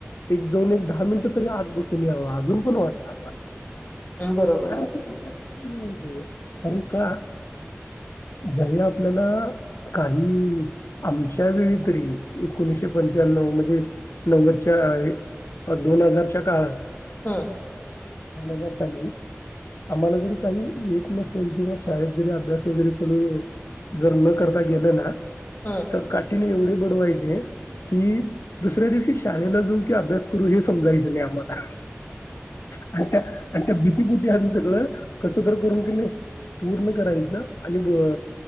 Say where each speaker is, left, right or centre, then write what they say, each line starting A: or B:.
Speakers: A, on the left (about 65°); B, on the left (about 40°).
A: एक जाऊन एक दहा मिनिट तरी आत बसून याव, अजून पण वाटत आम्हाला.
B: बरोबर
A: काय ते <unintelligible> <unintelligible> कारण का दर्या आपल्याला काही आमच्या वेळी तरी एकोणीशे पंच्याण्णव म्हणजे नव्वदच्या अ दोन हजारच्या काळात
B: हम्म
A: दोन हजार साली आम्हाला जरी काही एक मस येल किंवा शाळेत जरी अभ्यास वगैरे पुढं जर न करता गेल ना
B: हम्म
A: तर काठीणे एवढे बड वायचे की दुसऱ्या दिवशी शाळेला जाऊ की अभ्यास करू हेच समजायच नाही आम्हाला. आणी त्यात आणी त्या भीतीपोटी आम्ही सगळ कस तर करून कणी पूर्ण करायच आणि अ